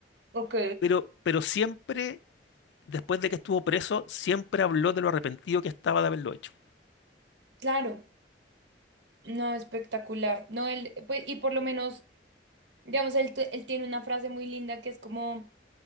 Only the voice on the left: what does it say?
pero, pero siempre, después de que estuvo preso, siempre habló de lo arrepentido que estaba de haberlo hecho.